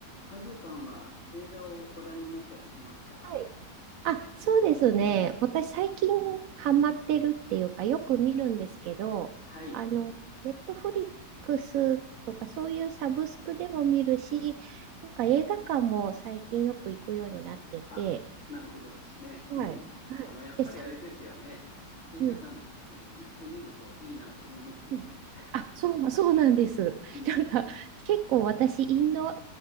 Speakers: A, on the left; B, on the right.
A: あずさんは映画をご覧になったりしますか
B: はい。あ、そうですね。私最近ハマってるっていうか、よく見るんですけど、
A: はい。
B: あの、ネットフリックスとかそういうサブスクでも見るし、なんか映画館も最近よく行くようになってて、
A: あ、なるほどですね。
B: はい。
A: うん。
B: はい。
A: あの、やっぱりあれですよね。
B: で、最、
A: 映画館に行ってみるといいなと思いますよね。
B: うんうんあ、そうな、そうなんです。
A: うん。
B: なんか、結構私、インド、